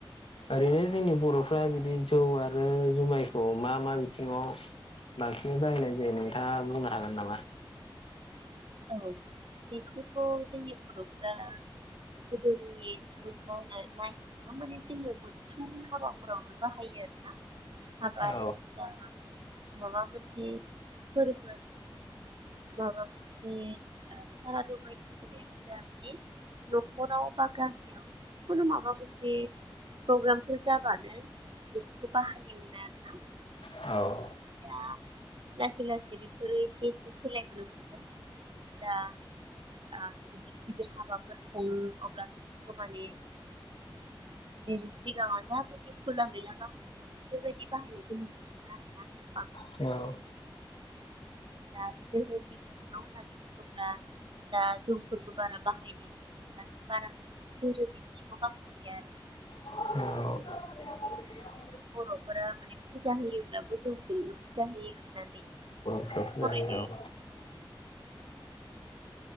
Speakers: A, on the left; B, on the right.
A: ओरैनो जोंनि बर'फ्रा बिदि जौ आरो जुमायखौ मा मा बिथिंङाव बांसिनै बाहायनाय जायो नोंथाङा बुंनो हागोन नामा?
B: औ बेखौथ' जोंनि बर'फ्रा गोदोनि फो मावनाय माइ एसेबां माने जोंनियावबो सुंद' हाबाफोरावनो बाहायो आरोना हाबाय
A: औ
B: जा माबा मोनसे फोरबो माबा मोनसे ओ सारादु बायदिसो एन जा माने न'खराव बा गामियाव खुनु माबा मोनसे प्रग्रामफोर जाबानो बेफोरखौ बाहायोमोन आरोना
A: औ
B: दा लासै लासै बेफोरो एसे एसे सोलायबोनो हमदों दा आ गिदिर गिदिर हाबाफोर खुंङो अब्ला बेफोरखौ माने जेरै सिगांआव जाबायदि खुला गैया बा बेफोरबायदि बाहायनायखौ नुनो मोना आरोना आं
A: स्नौ
B: दा आरो धोरोमनि बिथिंङाव होननानै बुङोब्ला दा जौफोरखौ बारा बाहायनाय दा बारा धोरोमनि बिथिंङाव बाहाया आर
A: औ <unintelligible>
B: बर'फोरा माने फुजा होयोब्लाबो जौजोंनो फुजा होयो होननानै जों
A: बांसिन
B: फरायदो
A: हायो औ